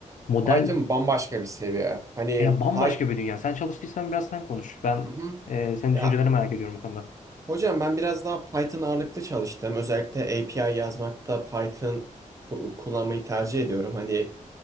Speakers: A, on the left; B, on the right.
A: model
B: Python bambaşka bir seviye. Hani
A: ya bambaşka
B: Py-
A: bir dünya. Sen çalıştıysan biraz sen konuş. Ben
B: Hı hı.
A: e, senin
B: Ya
A: düşüncelerini merak ediyorum bu konuda.
B: hocam ben biraz daha Python ağırlıklı çalıştım. Özellikle API yazmakta Python ku- kullanmayı tercih ediyorum. Hani